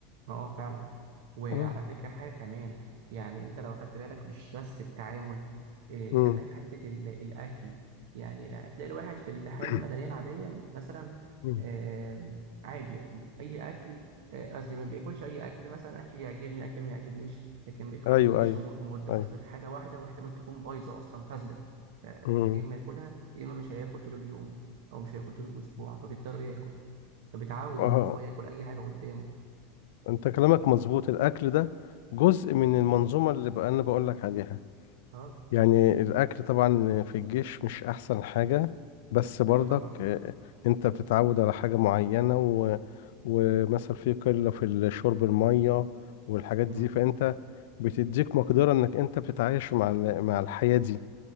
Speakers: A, on the right (about 70°); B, on the left (about 70°).
A: اه فعلا وعلى
B: مم.
A: فكرة حاجة كمان يعني انت لو خدت بالك مش بس التعامل إيه
B: مم.
A: كمان حتة ال- الأكل يعني هتلاقي الواحد في الحياة
B: <coughs>
A: المدنية العادية مثلا
B: مم.
A: آم، عادي أي أكل آه، قصدي ما بياكلش أي أكل مثلا أكل يعجبني أكل ما يعجبنيش لكن بيدخل
B: ايوه
A: الجيش
B: ايوه
A: وما ما قداموش
B: ايوه
A: غير حاجة واحدة واحتمال تكون بايظة أصلا فاسدة فيا
B: مم.
A: إما ياكلها يا إما مش هياكل طول اليوم أو مش هياكل طول الأسبوع فبيضطر ياكل فبيتعود
B: اه
A: إن هو ياكل أي حاجة قدامه
B: انت كلامك مظبوط الاكل ده جزء من المنظومه اللي بقى انا بقول لك عليها
A: اه
B: يعني الاكل طبعا في الجيش مش احسن حاجه بس برضك
A: ايوه طبعا
B: آه، انت بتتعود على حاجه معينه و... ومثلا في قله في الشرب الميه والحاجات
A: امم
B: دي فانت بتديك مقدره انك انت بتتعايش مع ال... مع الحياه دي